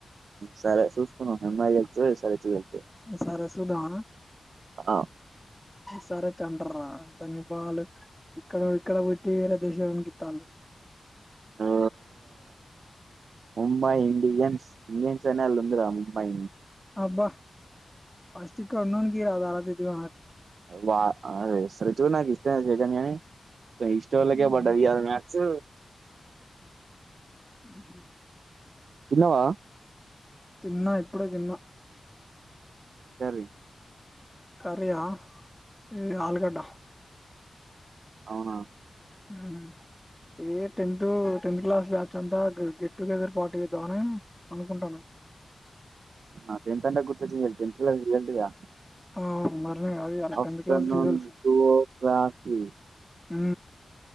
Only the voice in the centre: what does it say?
ఆ సరే సుద్దామా
సరే ఏంట అంటారు రా దాని బాలు ఇక్కడ ఇక్కడ కోట్టి వేరే దేశానికి ఈత్తాలు
అబ్బా ఫస్ట్ ఇక్కడ ఉన్నానోనికి ఈయరాదు అది ఇది గా
ఉహు
యంగ్ యంగ్ గే
తిన్నా ఇప్పుడే తిన్నా
కర్రీ హ ఏ ఆలుగడ్డ
ఉహు ఏ టెన్త్ టెన్త్ క్లాస్ బ్యాచ్ అంతా గెట్ టుగెదర్ పార్టీ చేద్దామని అనుకుంటానా
ఆ మనయ్ కాదు గదా అలా
tenth class results
ఉ